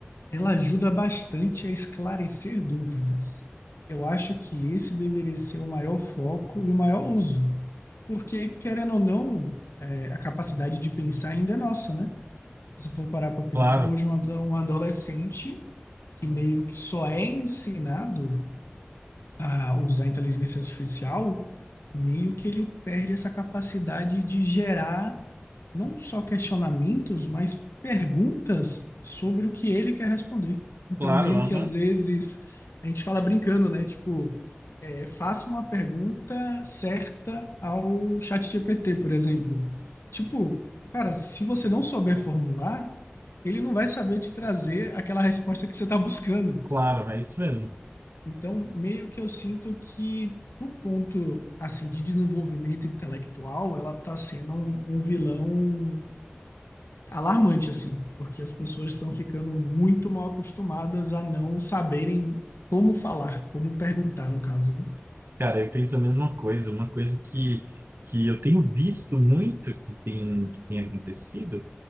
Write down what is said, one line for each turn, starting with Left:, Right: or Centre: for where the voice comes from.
Left: ela ajuda bastante a esclarecer dúvidas. Eu acho que esse deveria ser o maior foco e o maior uso. Porque, querendo ou não, é, a capacidade de pensar ainda é nossa, né? Se você for parar para pensar,
Right: claro,
Left: hoje um ado- um adolescente que meio que só é ensinado a usar a inteligência artificial, meio que ele perde essa capacidade de gerar não só questionamentos, mas perguntas sobre o que ele quer responder. Então,
Right: claro,
Left: meio
Right: aham,
Left: que às vezes a gente fala brincando, né? Tipo, é, faça uma pergunta certa ao ChatGPT, por exemplo. Tipo, cara, se você não souber formular, ele não vai saber te trazer aquela resposta que você está buscando.
Right: claro, é isso mesmo.
Left: Então, meio que eu sinto que, por ponto assim de desenvolvimento intelectual, ela está sendo um, um vilão é alarmante, assim, porque as pessoas estão ficando muito mal acostumadas a não saberem como falar, como perguntar, no caso. né?
Right: Cara, eu penso a mesma coisa. Uma coisa que, que eu tenho visto muito que tem, que tem acontecido